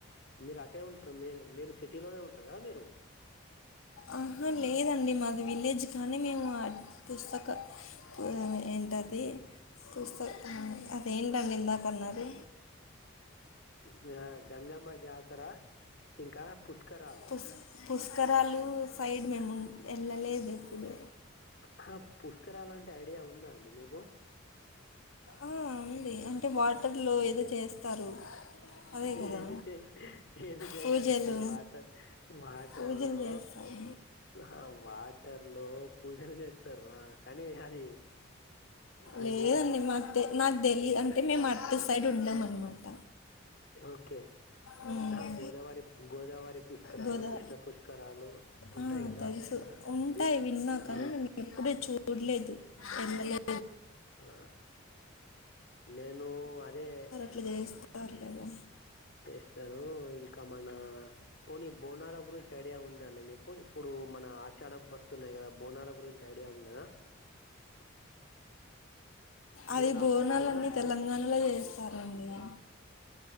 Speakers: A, on the left; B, on the left.
A: మీరు అటే ఉంటరు మీరు మీరు సిటీలోనే ఉంటరు కదా మీరు
B: ఆహా లేదండి మాది విలేజ్ కానీ మేము ఆ పుస్తక హ్మ్ ఏంటది కుస్త ఆ అదేంటండి ఇందాకన్నారు
A: మ్య గంగమ్మ జాతర ఇంకా పుష్కరాలు
B: పుస్ పుష్కరాలు సైడ్ మేము ఎల్లలేదు ఎప్పుడు
A: హా పుష్కరాలంటే ఐడియా ఉందా అండి మీకు
B: ఆ ఉంది అంటే వాటర్లో ఏదో చేస్తారు అదే కదా!
A: ఏది చెయ్ ఏది చెయరండి
B: పూజలు.
A: వాటర్ వాటర్
B: పూజలు
A: లో
B: చేస్తారు.
A: ఆ వాటర్ లో పూజలు చేస్తారు ఆ కానీ అది అది
B: లేదండి
A: వేరే
B: మాకు తె నాకు తెలీద్ అంటే మేము అటు సైడ్ ఉండము అనమాట
A: ఓకే
B: హ్మ్.
A: హ గోదావరి గోదావరి పుష్కరాలు
B: గోదా
A: కృష్ణ పుష్కరాలు ఉంటాయి
B: ఆ
A: కదా
B: తెలుసు ఉంటాయి
A: వి
B: విన్నా
A: ఆ
B: కానీ నేను ఎప్పుడూ చూడలేదు వెళ్లలే
A: ఆ నేను అదే
B: అట్ల చేస్తారు కదా
A: చేస్తారు ఇంకా మన పోనీ బోనాల గురించి ఐడియా ఉందా అండి మీకు ఇప్పుడు మన ఆషాడం వస్తున్నాయి కదా బోనాల గురించి ఐడియా ఉన్నదా
B: అది
A: బోనాలు
B: బోనాలన్నీ
A: బోనా
B: తెలంగాణలో
A: బో
B: చేస్ స్తారండి ఇగ